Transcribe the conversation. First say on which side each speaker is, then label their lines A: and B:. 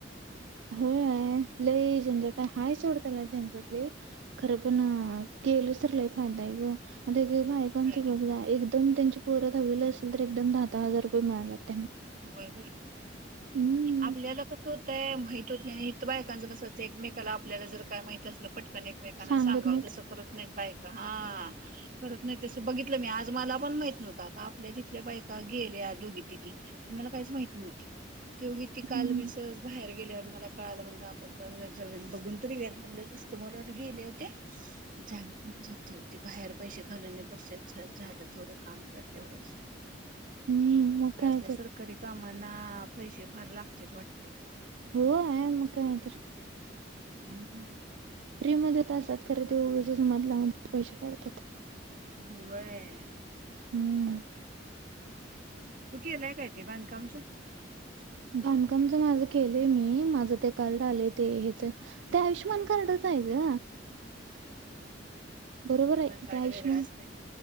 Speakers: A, on the right; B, on the right.
A: होय. लई झंझटय हाय सोड त्याला झंजट लई. खरं पण अ केलंच तर लई फायदा हाये ग अ ते <unintelligible>
B: काय
A: एकदम त्यांच पोर दहावीला असेल तर एकदम दहा दहा हजार रुपये मिळालात त्यांना.
B: बाई बाई!
A: हम्म
B: आपल्याला कस होत ते माहीत नाही बायकांच कसं ते एकमेकाला आपल्याला जर काय माहित असलं पटकन एकमेकांना
A: सांगत
B: सांगाव
A: नाहीत
B: तसं करत नाही बायका हा करत नाही तसं बघितलं मी आज मला पण माहित नव्हत आता आपल्या तिथल्या बायका गेल्या दोघी तिघी काहीच माहित नाही वाटत ते उगीच ती काल
A: हम्म
B: मी सहज बाहेर गेल्यावर मला कळालं म्हणगे आपण दोन चार वेळेस बघून तरी याव म्हणलं असतं म्हणून गेले होते झाले पण जते होते बाहेर पैसे घालव तसेच झा झाल थोडं काम तर तेवढंच
A: हम्म म काय
B: ते
A: तर
B: सरकारी कामांना पैसे फार लागत तेच वाटते
A: हो आहे म काय तर
B: हम्म हम हम
A: फ्री मध्येत असतात खरं तेगच मधलामधे पैसे काढतात
B: होय
A: हम्म
B: तू केलाय काय ते बांधकामच
A: बांधकामच माझं केलंय मी माझं ते कार्ड आलं ते हेच ते आयुष्यमान कार्डच आहे ग बरोबर आहे
B: पॅन कार्ड
A: ते आयुष्यमान
B: वेगळा असतय